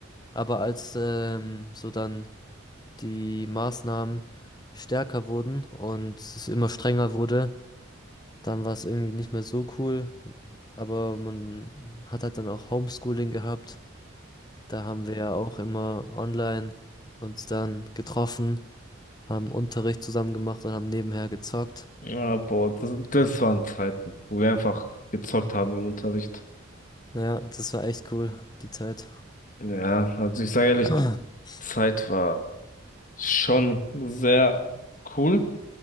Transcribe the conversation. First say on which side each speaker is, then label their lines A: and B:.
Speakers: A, on the left (about 20°); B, on the left (about 40°).
A: Aber als ähm, so dann die Maßnahmen stärker wurden und es immer strenger wurde, dann war es irgendwie nicht mehr so cool. Aber man hat halt dann auch Homeschooling gehabt. Da haben wir ja auch immer online uns dann getroffen, haben Unterricht zusammen gemacht und haben nebenher gezockt.
B: ja, boah, das, das waren Zeiten, wo wir einfach gezockt haben im Unterricht.
A: Ja, das war echt cool, die Zeit.
B: Ja, also ich sage ehrlich,
A: <clears throat>
B: die Zeit war schon sehr cool.